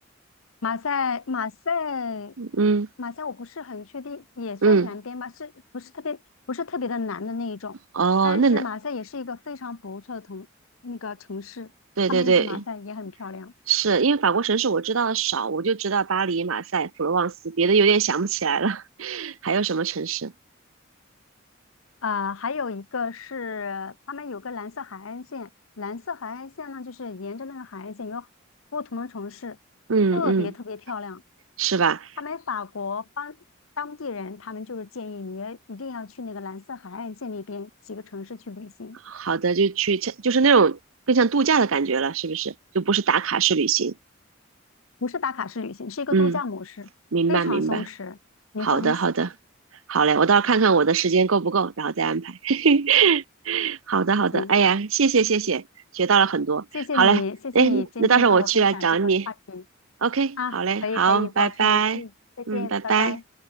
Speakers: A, on the left; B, on the right.
A: 马赛，马赛，
B: 嗯
A: 马赛，我不是很确定，也算南边吧，
B: 嗯，
A: 是不是特别不是特别的南的那一种？
B: 哦，
A: 但是马赛也是一个非常不错的城，
B: 那南，
A: 那个城市，
B: 对对对，
A: 他们就马赛也很漂亮
B: 是因为法国城市我知道的少，我就知道巴黎、马赛、普罗旺斯，别的有点想不起来了。<laughs> 还有什么城市？
A: 啊、还有一个是他们有个蓝色海岸线，蓝色海岸线呢，就是沿着那个海岸线有不同的城市，
B: 嗯嗯。
A: 特别特别漂亮。
B: 是吧？
A: 他们法国方当地人，他们就是建议你一定要去那个蓝色海岸线那边几个城市去旅行。
B: 好的，就去，就是那种更像度假的感觉了，是不是？就不是打卡式旅行。
A: 不是打卡式旅行，是一个度假模式，
B: 嗯，明白明白。
A: 非常松弛，你会很喜欢。
B: 好的好的，好嘞，我到时候看看我的时间够不够，然后再安排。<laughs> 好的好的，
A: 行，
B: 哎呀，谢谢谢谢，学到了很多。
A: 谢谢你，
B: 好嘞，
A: 谢谢你今天跟我分享这个话题
B: 哎，那到时候我去来找你。OK，
A: 啊，
B: 好嘞，
A: 可以可以，
B: 好，拜拜。
A: 保持联系，再见，
B: 嗯，拜拜。
A: 拜拜。